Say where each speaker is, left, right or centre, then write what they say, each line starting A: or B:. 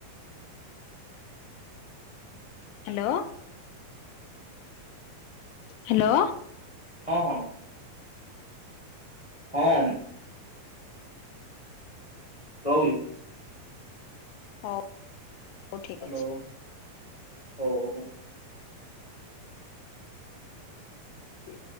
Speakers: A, on the left; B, on the left.
A: ହାଲୋ। ହାଲୋ।
B: ହଁ ହଁ। ହଁ ମ। ରହୁଲି।
A: ହଉ ହଉ ଠିକ
B: ହ୍ୟାଲୋ
A: ଅଛି।
B: ହଉ ହଉ।
A: ହ